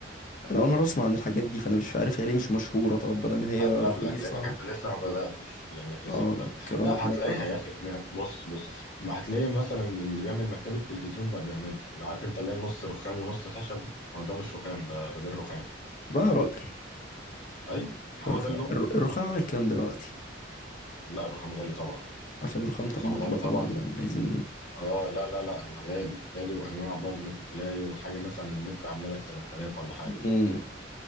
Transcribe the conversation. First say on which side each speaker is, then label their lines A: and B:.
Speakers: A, on the left; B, on the left.
A: انا اول مرة اسمع عن الحاجات دي فانا مش عارف هي ليه مش مشهورة طب بدل ما هي
B: هتقابلك
A: رخيصة
B: لانك انت لسه ما بداتش لانك لسه
A: اه
B: ما بدات
A: كلامك
B: لا
A: منطقي
B: هتلاقيها يا اخي يعني أنت بص بص ما هتلاقي مثلا اللي بيعمل مكتبه تلفزيون بقى بيعملها اللي عارف انت اللي هي نص رخام ونص خشب دي ما هو ده مش رخام ده بدل رخام
A: لا يا راجل
B: ايوه ما
A: الرخام
B: هو ده اللي هو
A: الرخام عامل كام دلوقتي
B: لا الرخام غالي طبعا
A: عشان رخامة
B: الرخام
A: المطبخ
B: غالي طبعا
A: برضو يعني عايزين
B: اه لا لا لا غالي غالي وانواع برضه ممكن تلاقي حاجه مثلا المتر عامله لك 3000 ولا حاجه
A: امم